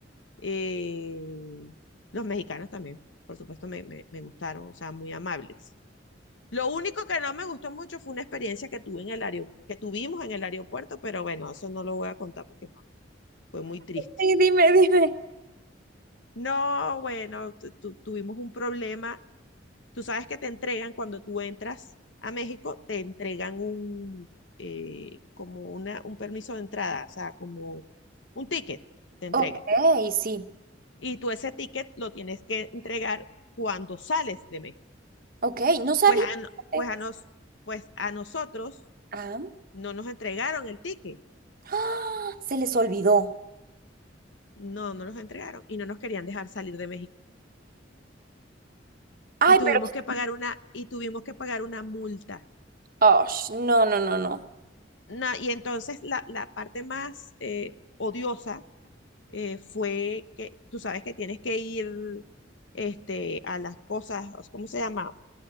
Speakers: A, on the left; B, on the right.
A: Eh, los mexicanos también, por supuesto, me, me- me gustaron, o sea, muy amables. Lo único que no me gustó mucho fue una experiencia que tuve en el aeropu- que tuvimos en el aeropuerto, pero bueno, eso no lo voy a contar porque no, fue muy triste.
B: sí, dime, <laughs> dime.
A: No, bueno, tu- tu- tuvimos un problema. Tú sabes que te entregan cuando tú entras a México, te entregan un eh, como una, un permiso de entrada, o sea, como un ticket, te entregan.
B: Ok, sí.
A: Y tú ese ticket lo tienes que entregar cuando sales de México.
B: Ok, no sabía.
A: Pues a, no-
B: Eh,
A: pues a, nos, pues a nosotros
B: Ah,
A: no nos entregaron el ticket.
B: ¡ah! se les olvidó.
A: No, no nos entregaron y no nos querían dejar salir de México.
B: Ay,
A: Y tuvimos
B: pero sí.
A: que pagar una, y tuvimos que pagar una multa.
B: Oh, no, no, no, no.
A: no y entonces la, la parte más eh, odiosa eh, fue que tú sabes que tienes que ir este, a las cosas, ¿cómo se llama?